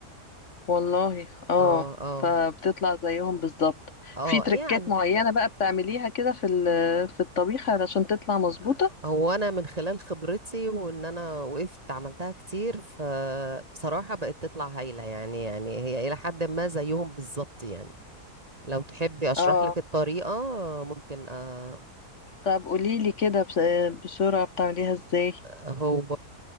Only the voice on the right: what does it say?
اه اه
اه
يعني
آه، هو انا من خلال خبرتي وان انا وقفت عملتها كتير فبصراحة بقت تطلع هايلة يعني يعني هي الى حد ما زيهم بالظبط يعني لو تحبي اشرح
لك الطريقة ممكن آه،
هو